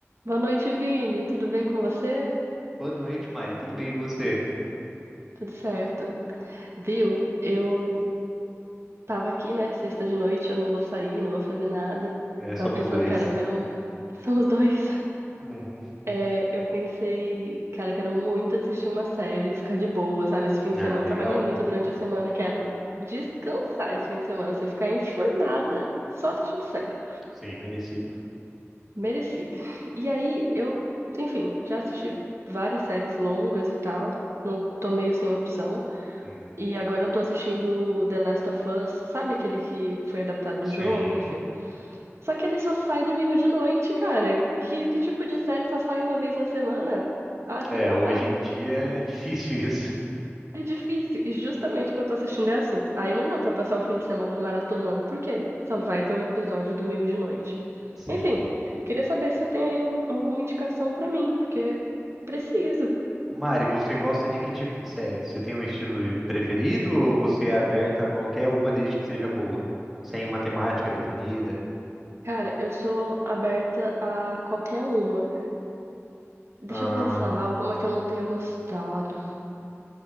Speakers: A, on the right; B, in the centre.
A: Boa noite, Vini. Tudo bem com você?
B: Boa noite, Mari. Tudo bem e você?
A: Tudo certo. Viu? Eu tava aqui, né? Sexta de noite, eu não vou sair, não vou fazer nada.
B: É,
A: Tava
B: somos
A: pensando,
B: dois.
A: cara, eu quero. um- <laughs> Somos dois.
B: Uhum.
A: É, eu pensei, cara, eu quero muito assistir uma série, ficar de boa, sabe? Esse fim de
B: Ah,
A: semana,
B: legal.
A: eu trabalhei muito durante a semana, quero descansar esse fim de semana, assim, ficar enfurnada só assistindo série.
B: Sim, merecido.
A: Merecida. E aí, eu, enfim, já assisti várias séries longas e tal, não tô meio sem opção.
B: Uhum.
A: E agora eu tô assistindo The Last of Us, sabe aquele que foi adaptado do
B: Sim.
A: jogo, enfim. Só que ele só sai domingo de noite, cara. Que, que tipo de série só sai uma vez na semana? Ah, Assim
B: É,
A: não
B: hoje
A: dá.
B: em dia é <laughs> difícil isso.
A: É difícil. E justamente o que eu tô assistindo é assim. Aí não dá pra passar o fim de semana maratonando, porque só vai ter o episódio domingo de noite.
B: Sim.
A: Enfim, queria saber se você tem aí um- alguma indicação pra mim, porque preciso.
B: Mari, você gosta de que tipo de série? Você tem um estilo preferido ou você é aberta a qualquer uma desde que seja boa? Sem uma temática definida?
A: Cara, eu sou aberta a qualquer uma. Deixa
B: Ah,
A: eu pensar, alguma que eu não tenha gostado.